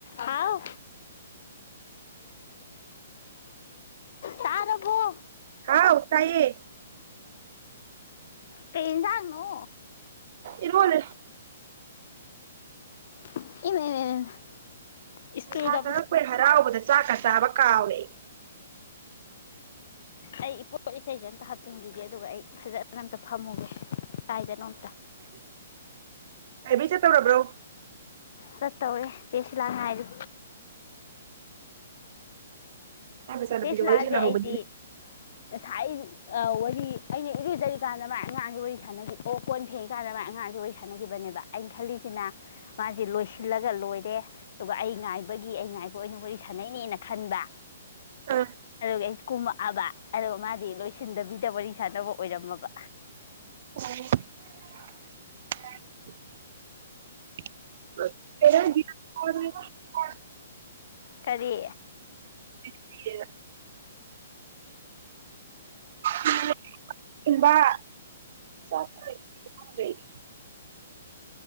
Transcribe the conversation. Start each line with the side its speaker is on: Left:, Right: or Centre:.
Left: ꯍꯥꯎ ꯇꯥꯔꯕꯣ
Right: ꯍꯥꯎ ꯇꯥꯏꯌꯦ
Left: ꯀꯩ ꯑꯦꯟꯁꯥꯡꯅꯣ
Right: ꯏꯔꫭꯜꯂꯦ
Left: <unintelligible> ꯏꯁꯇꯨꯜꯒ
Right: ꯄꯩꯁꯥ ꯆꯪꯉꯛꯄꯩ ꯍꯔꯥꯎꯕꯗ ꯆꯥꯛꯀ ꯆꯥꯕ ꯀꯥꯎꯔꯦ ꯑꯩ
Left: ꯑꯩ ꯏꯄꫭꯠ ꯏꯆꯩꯖꯦ ꯇ ꯍꯥꯞꯆꯤꯟꯈꯤꯒꯦ ꯑꯗꯨꯒ ꯑꯩ ꯐꯖꯅ ꯑꯝꯇ ꯐꯝꯃꯨꯒꯦ ꯀꯥꯏꯗꯅꯣꯝ
Right: ꯂꯥꯏꯕ꯭ꯔꯦꯔꯤ ꯆꯠꯇꯧꯔꯕ꯭ꯔꯣ
Left: ꯆꯠꯇꯧꯔꯦ ꯆꯦ ꯁꯤꯂꯥ ꯉꯥꯏꯔꯤ
Right: ꯎꯝ ꯑꯩ ꯃꯆꯥꯅꯨꯄꯤꯗꯣ
Left: ꯆꯦ ꯁꯤꯂꯥꯁꯦ
Right: ꯋꯥꯔꯤ ꯁꯥꯟꯅꯍꯧꯕꯅꯤꯅꯦ
Left: ꯑꯩꯗꯤ ꯉꯁꯥꯏ ꯑ ꯋ ꯁꯤ ꯑꯩꯅ ꯏꯔꯨꯖꯔꯤꯀꯥꯟꯗ ꯃꯥꯏ ꯑꯉꯥꯡꯁꯦ ꯋꯥꯔꯤ ꯁꯥꯟꯅꯈꯤꯕ ꯑꯣ ꯀꯣꯟ ꯐꯦꯡꯉꯤꯀꯥꯟꯗ ꯃꯥꯏ ꯑꯉꯥꯡꯁꯤ ꯋꯥꯔꯤ ꯁꯥꯟꯅꯈꯤꯕꯅꯦꯕ ꯑꯩꯅ ꯈꯜꯂꯤꯁꯤꯅ ꯃꯥꯁꯦ ꯂꯣꯏꯁꯤꯜꯂꯒ ꯂꯣꯏꯔꯦ ꯑꯗꯨꯒ ꯑꯩ ꯉꯥꯏꯕꯒꯤ ꯑꯩ ꯉꯥꯏꯕ ꯑꯣꯏꯅ ꯋꯥꯔꯤ ꯁꯥꯟꯅꯩꯅꯦꯅ ꯈꯟꯕ
Right: ꯑꯥ
Left: ꯑꯗꯨꯒꯤ ꯑꯩ ꯀꯨꯝꯛ ꯑꯕ ꯑꯗꯨꯒꯗ ꯃꯥꯗꯤ ꯂꯣꯏꯁꯤꯟꯗꯕꯤꯗ ꯋꯥꯔꯤ ꯁꯥꯟꯅꯕ ꯑꯣꯏꯔꯝꯃꯕ
Right: <unintelligible> <unintelligible> <unintelligible>
Left: ꯀꯔꯤ
Right: <unintelligible> <unintelligible>